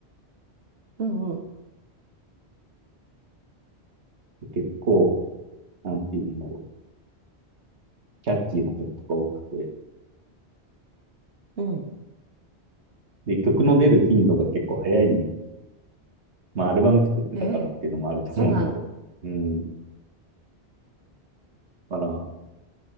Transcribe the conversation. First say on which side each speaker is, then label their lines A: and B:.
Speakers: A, on the right; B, on the right.
A: うん、うん、
B: で結構、なんていうんだろう、キャッチーな曲とか多くて、
A: うん。
B: で、曲の出る頻度が結構早いんでまあ、アルバム作ってたからっていうのもあると思うんだけど。
A: ええ、そうなの。
B: うん。だから、